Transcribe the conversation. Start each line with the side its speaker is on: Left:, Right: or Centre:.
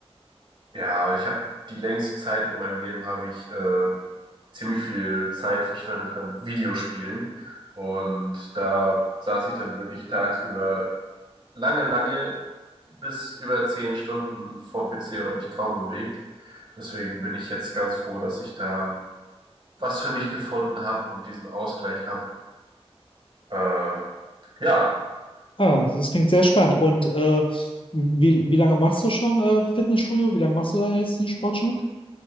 Right: ja, ich habe die längste Zeit in meinem Leben habe ich äh, ziemlich viel Zeit verschwendet an Videospielen und da saß ich dann wirklich tagsüber lange, lange bis über zehn Stunden vorm PC und habe mich kaum bewegt. Deswegen bin ich jetzt ganz froh, dass ich da was für mich gefunden habe und diesen Ausgleich habe. Äh, ja,
Left: Ah, also das klingt sehr spannend. Und äh, wie, wie lange machst du schon äh, Fitnessstudio? Wie lange machst du da jetzt den Sport schon?